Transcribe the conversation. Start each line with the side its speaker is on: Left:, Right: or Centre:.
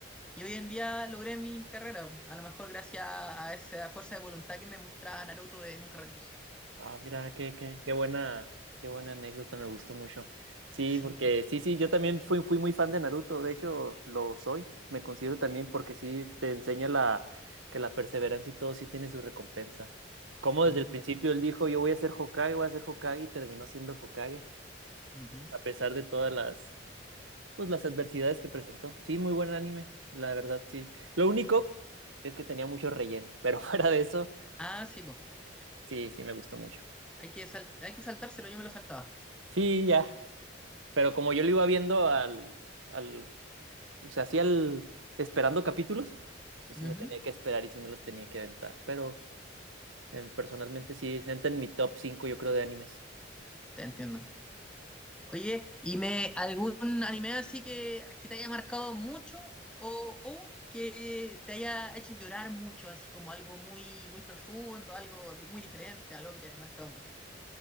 Centre: Y hoy en día logré mi carrera, a lo mejor gracias a esa fuerza de voluntad que me mostraba Naruto de nunca rendirse.
Right: Ah, mira, qué, qué, qué buena, qué buena anécdota, me gustó mucho. Sí,
Centre: Sí.
Right: porque sí, sí, yo también fui, fui muy fan de Naruto, de hecho lo soy, me considero también porque sí te enseña la, que la perseverancia y todo sí tiene su recompensa. Como
Centre: Ujú,
Right: desde el principio él dijo, yo voy a ser Hokage, voy a ser Hokage y terminó siendo Hokage,
Centre: ujú.
Right: a pesar de todas las, pues, las adversidades que presentó. Sí, muy buen anime, la verdad, sí. Lo único es que tenía mucho relleno, pero <laughs> fuera de eso,
Centre: Ah, sí, pues.
Right: sí, sí me gustó mucho.
Centre: Hay que, sal- hay que saltárselo, yo me lo saltaba.
Right: Sí, ya. Pero como yo lo iba viendo al, al, o sea, así al, esperando capítulos, pues
Centre: Ujú,
Right: sí me tenía que esperar y sí me los tenía que aventar. Pero eh, personalmente sí, entra en mi top 5 yo creo, de animes.
Centre: Te entiendo. Oye, ¿y me algún anime así que, que te haya marcado mucho o, o que te haya hecho llorar mucho, así como algo muy, muy profundo, algo di- muy diferente, algo que te haya marcado mucho?